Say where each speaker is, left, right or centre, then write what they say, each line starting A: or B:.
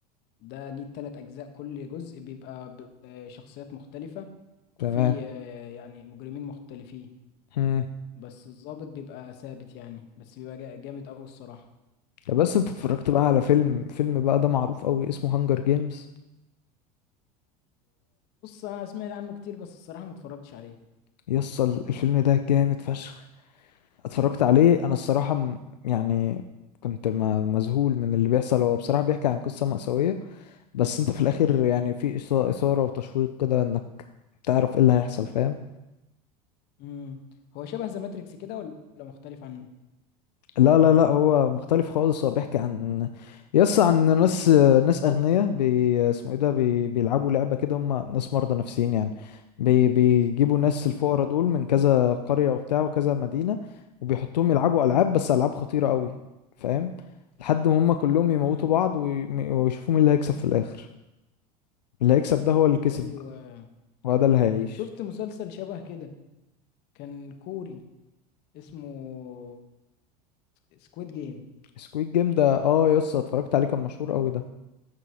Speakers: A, on the left; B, on the left.
A: ده ليه تلات أجزاء كل جزء بيبقى بشخصيات مختلفة وفي
B: تمام
A: آه، يعني مجرمين مختلفين
B: مم.
A: بس الضابط بيبقى ثابت يعني بس بيبقى جا- جامد أوي الصراحة
B: طب بس انت اتفرجت
A: وبص
B: بقى على فيلم فيلم بقى ده معروف قوي اسمه هانجر جيمز
A: أنا سمعت عنه كتير بس الصراحة ما اتفرجتش عليه
B: يصل الفيلم ده جامد فشخ اتفرجت عليه انا الصراحة م- يعني كنت ما- مذهول من اللي بيحصل هو بصراحة بيحكي عن قصة مأساوية بس انت في الاخر يعني في إثا- إثارة وتشويق كده انك تعرف ايه اللي هيحصل فاهم
A: مم. هو شبه ذا ماتريكس كده ولا مختلف عنه
B: لا لا لا هو مختلف خالص هو بيحكي عن يس عن ناس ناس أغنياء بي اسمه ايه ده بي بيلعبوا لعبة كده هم ناس مرضى نفسيين يعني بي بيجيبوا ناس
A: مم.
B: الفقراء دول من كذا قرية وبتاع وكذا مدينة وبيحطوهم يلعبوا ألعاب بس ألعاب خطيرة قوي فاهم لحد ما هم كلهم يموتوا
A: مم.
B: بعض وي- ويشوفوا مين اللي هيكسب في الآخر اللي هيكسب ده هو اللي كسب
A: أيوة
B: بقى وهو ده اللي هيعيش
A: شفت مسلسل شبه كده كان كوري اسمه سكويد جيم
B: سكويد جيم ده اه يس اتفرجت عليه كان مشهور قوي ده